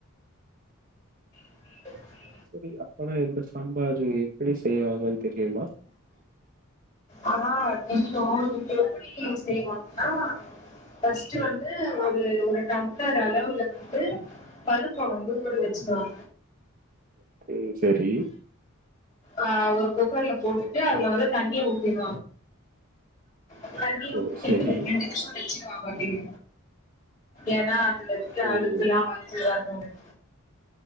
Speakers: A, on the left; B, on the right.
A: <unintelligible>
B: புரியப் ஆன இந்த சாம்பார் எப்டி செய்வாங்கன்னு தெரியுமா
A: ஆஹ் தெரியு இத எப்டி செய்வாங்கனா ஃப்ஸ்ட்
B: ம்
A: வந்து ஒரு ஒரு தமிழர் அளவுல வந்து <unintelligible> இப்ப கொண்டு கூட வச்சுக்கால
B: ரி செரி
A: ஆஹ் ஒரு குக்கர்ல போட்டுட்டு அதுல வந்து தண்ணியே ஊத்திருவாங்க <unintelligible>
B: ம்
A: ரெண்டு
B: சரி
A: நிமிஷ வெச்சிருவாங்க அப்டியே ஏனா துல இரு அனுத்துல்லா
B: ம்
A: வந்து வரேன் <inaudible>